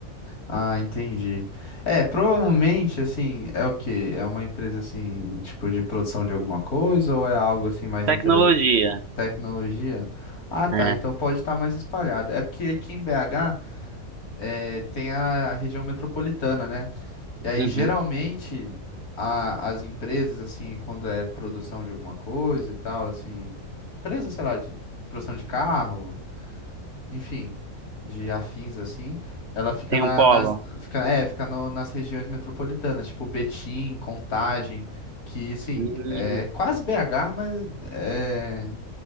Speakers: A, on the left; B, on the right.
A: Ah, entendi. É, provavelmente, assim, é o quê? É uma empresa, assim, tipo, de produção de alguma coisa ou é algo, assim, mais
B: Tecnologia,
A: intelex... tecnologia? Ah, tá,
B: é.
A: então pode estar mais espalhado. É porque aqui em BH é, tem a região metropolitana, né? E aí,
B: Uhum.
A: geralmente, a- as empresas, assim, quando é produção de alguma coisa e tal, assim, empresa, sei lá, de produção de carro, enfim, de afins assim, ela fica
B: Tem
A: na-
B: um polo.
A: nas, fica, é, fica no- nas regiões metropolitanas, tipo Betim, Contagem, que assim,
B: Hum.
A: é quase BH, mas é